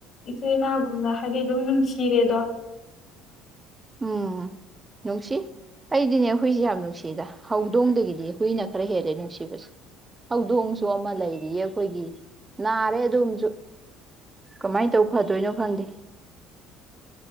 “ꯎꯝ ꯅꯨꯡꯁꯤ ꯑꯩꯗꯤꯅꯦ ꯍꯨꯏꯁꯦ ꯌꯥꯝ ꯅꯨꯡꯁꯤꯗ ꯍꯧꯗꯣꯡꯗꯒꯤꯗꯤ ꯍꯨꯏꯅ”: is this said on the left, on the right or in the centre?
Right